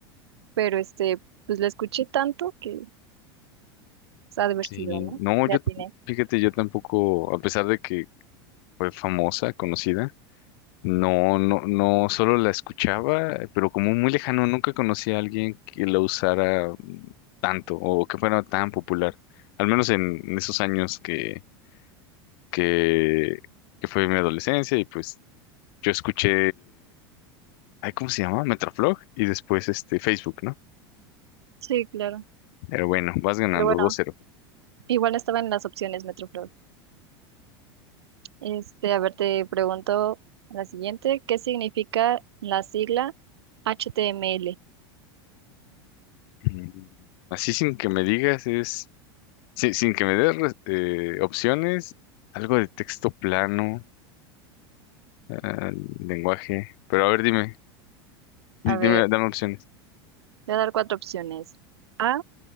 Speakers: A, on the right; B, on the left.
A: Pero este, pues la escuché tanto que se ha divertido,
B: Sí,
A: ¿no?
B: no,
A: La
B: yo,
A: tiene.
B: fíjate, yo tampoco, a pesar de que fue famosa, conocida, No, no, no, solo la escuchaba, pero como muy lejano, nunca conocí a alguien que la usara mm, tanto o que fuera tan popular, al menos en, en esos años que, que, que fue mi adolescencia y pues yo escuché, ay, ¿cómo se llama? Metroflog y después este Facebook, ¿no?
A: Sí, claro.
B: Pero bueno, vas ganando
A: Pero bueno,
B: 2-0.
A: igual estaba en las opciones Metroflog. Este, a ver, te pregunto la siguiente. ¿Qué significa la sigla HTML?
B: Mm, Así sin que me digas es, sin, sin que me des res- eh, opciones, algo de texto plano, ah, lenguaje, pero a ver, dime. Di-
A: A ver,
B: Dime, dame opciones.
A: te voy a dar cuatro opciones. A,